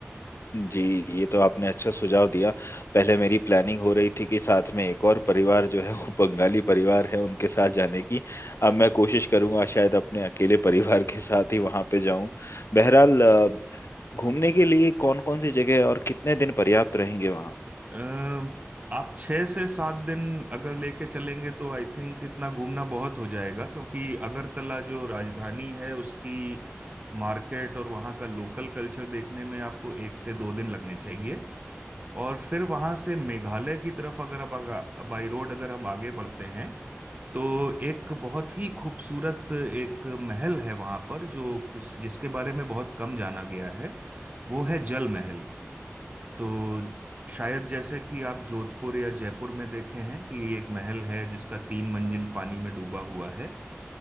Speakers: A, on the left (about 65°); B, on the right (about 35°).
A: जी ये तो आपने अच्छा सुझाव दिया पहले मेरी प्लानिंग हो रही थी कि साथ में एक और परिवार जो है वो बंगाली परिवार है उनके साथ जाने की अब मैं कोशिश करूंगा शायद अपने अकेले परिवार के साथ ही वहां पे जाऊं बहरहाल अ, घूमने के लिए कौन कौन सी जगह और कितने दिन पर्याप्त रहेंगे वहाँ
B: अम, आप छह से सात दिन अगर लेके चलेंगे तो आई थिंक इतना घूमना बहुत हो जाएगा क्योंकि अगरतला जो राजधानी है उसकी मार्केट और वहाँ का लोकल कल्चर देखने में आपको एक से दो दिन लगने चाहिए और फिर वहाँ से मेघालय की तरफ अगर अब अगर बाई रोड अगर हम आगे बढ़ते हैं तो एक बहुत ही खूबसूरत एक महल है वहाँ पर जो किस जिसके बारे में बहुत कम जाना गया है वो है जल महल तो शायद जैसे कि आप जोधपुर या जयपुर में देखे हैं कि एक महल है जिसका तीन मंजिल पानी में डूबा हुआ है